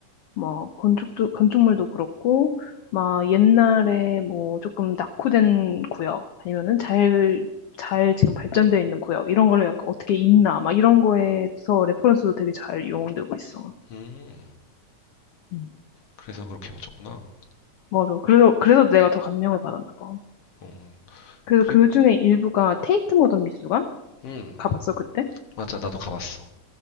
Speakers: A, on the left; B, on the left.
A: 뭐 건축도 건축물도 그렇고 막 옛날에 뭐 조금 낙후된 구역 아니면은 잘 잘 지금 발전되어 있는 구역 이런 거를 약간 어떻게 있나 막 이런 거에서 레퍼런스도 되게 잘 이용되고 있어.
B: 음.
A: 음.
B: 그래서 그렇게 맞췄구나.
A: 맞아. 그래서 그래서 내가 더 감명을 받았나 봐.
B: 음,
A: 그래서
B: 그리고,
A: 그 중에 일부가 테이트 모던 미술관
B: 음,
A: 가봤어 그때.
B: 맞아. 나도 가봤어.